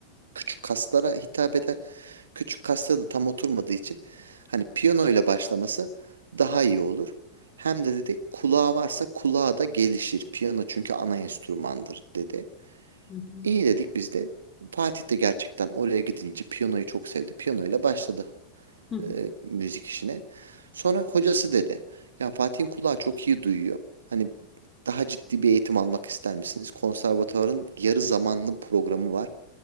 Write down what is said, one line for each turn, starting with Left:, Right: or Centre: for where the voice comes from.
Right: küçük kaslara hitap eder. Küçük kasta da tam oturmadığı için hani piyano ile başlaması daha iyi olur. Hem de dedi kulağı varsa kulağı da gelişir. Piyano çünkü ana enstrümandır dedi.
Left: hı hı,
Right: İyi dedik biz de. Fatih de gerçekten oraya gidince piyanoyu çok sevdi. Piyano ile başladı
Left: hı hı,
Right: e, müzik işine. Sonra hocası dedi. Ya Fatih'in kulağı çok iyi duyuyor. Hani daha ciddi bir eğitim almak ister misiniz? Konservatuvarın yarı zamanlı programı var